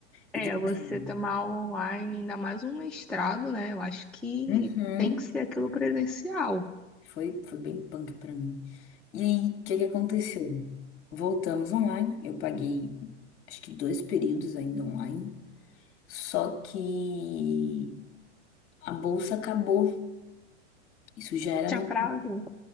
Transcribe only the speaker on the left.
E tipo
assim,
uhum.
Foi, foi bem punk pra mim. E aí, o que que aconteceu? Voltamos online, eu paguei acho que dois períodos ainda online, só que a bolsa acabou. Isso já era
no.